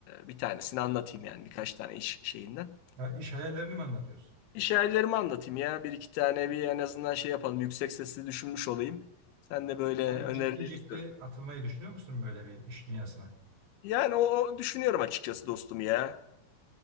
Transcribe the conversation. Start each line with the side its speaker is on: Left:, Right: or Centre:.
Left: bir tanesini anlatayım yani birkaç tane iş şeyinden.
Right: Ya iş hayallerini mi anlatıyorsun?
Left: İş anlatayım ya bir iki tane bir en azından şey yapalım yüksek sesli düşünmüş olayım. Sen de böyle
Right: Yani
Left: önerilerini
Right: ciddi ciddi
Left: söyle.
Right: atılmayı düşünüyor musun böyle bir iş dünyasına?
Left: Yani o o düşünüyorum açıkçası dostum ya.